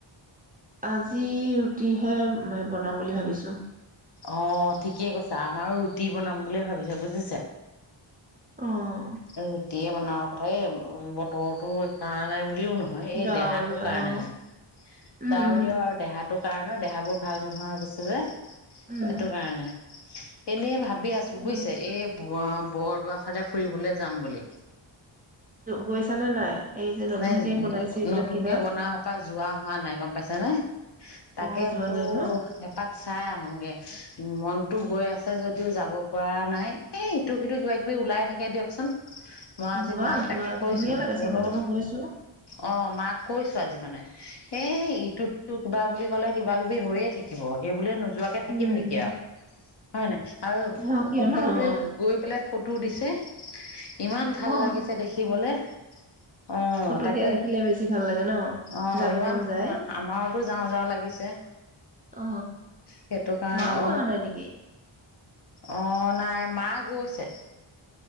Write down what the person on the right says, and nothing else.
আজি ৰুটিহে বনাম বুলি ভাবিছোঁ।
অ'।
ডাৱৰীয়া
অ উম
উম
উম উম
অ
গৈছানে নাই? এই যে নতুনকে
বনাইছে এইবিলাক
কিবা
অ যোৱা
নাই ন
যোৱা
যোৱা
ধুনীয়া লাগে
চাবলৈ মই গৈছো
উম
অ কিয়
নহয়
অ
ফটো
দিয়া দেখিলে বেছি ভাল লাগে ন
যাব
মন যায়
অ
মাও
অহা নাই নেকি